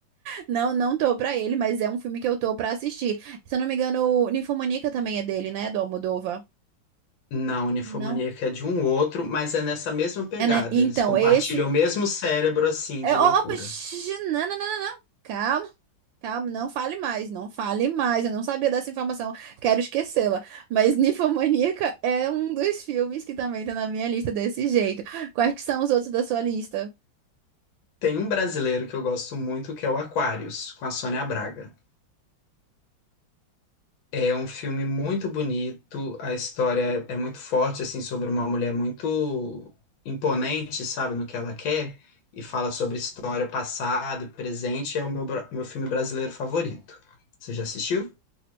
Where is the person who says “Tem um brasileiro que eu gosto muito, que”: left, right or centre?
Left